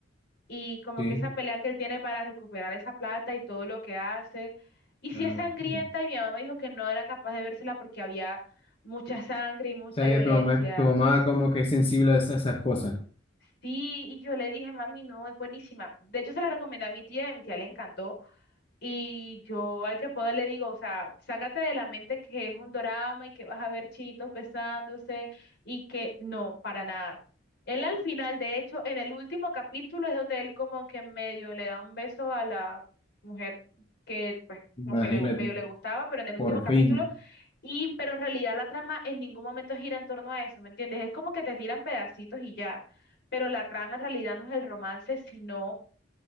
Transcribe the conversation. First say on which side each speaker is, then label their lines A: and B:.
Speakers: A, on the left; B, on the left.
A: y como
B: Sí.
A: que esa pelea que él tiene para recuperar esa plata y todo lo que hace. Y sí
B: Ah,
A: es sangrienta
B: ok.
A: y mi mamá me dijo que no era capaz de vérsela porque había mucha sangre y mucha
B: O sea,
A: violencia.
B: que tu mamá, tu mamá como que es sensible a esas, esas cosas.
A: Sí, y yo le dije, mami, no, es buenísima. De hecho se la recomendé a mi tía y a mi tía le encantó. Y yo al que puedo le digo, o sea, sácate de la mente que es un drama y que vas a ver chinitos besándose y que no, para nada. Él al final, de hecho, en el último capítulo es donde él como que medio le da un beso a la mujer que pues
B: Imagínate,
A: como que le, gu- medio le gustaba, pero en el
B: por
A: último capítulo,
B: fin.
A: y pero en realidad la trama en ningún momento gira en torno a eso, ¿me entiendes? Es como que te tiran pedacitos y ya, pero la trama en realidad no es el romance, sino